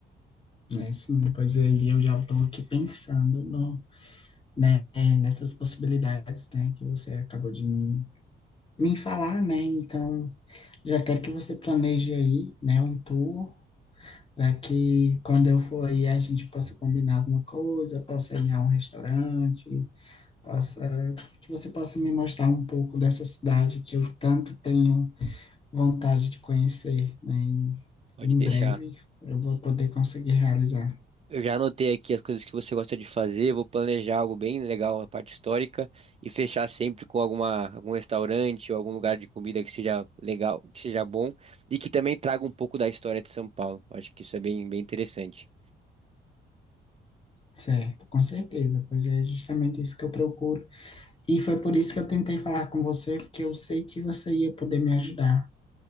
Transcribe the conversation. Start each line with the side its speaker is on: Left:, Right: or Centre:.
Left: Né, sim, pois aí eu já estou aqui pensando no, né, nessas possibilidades, né, que você acabou de me, me falar, né? Então, já quero que você planeje aí, né, um tour para que quando eu for aí a gente possa combinar alguma coisa, possa ir a um restaurante, possa que você possa me mostrar um pouco dessa cidade que eu tanto tenho vontade de conhecer, né? E
Right: Pode
Left: em
Right: deixar.
Left: breve eu vou poder conseguir realizar.
Right: Eu já anotei aqui as coisas que você gosta de fazer, vou planejar algo bem legal na parte histórica e fechar sempre com alguma, algum restaurante ou algum lugar de comida que seja legal, que seja bom e que também traga um pouco da história de São Paulo. Acho que isso é bem, bem interessante.
Left: Certo, com certeza, pois é justamente isso que eu procuro. E foi por isso que eu tentei falar com você, porque eu sei que você ia poder me ajudar.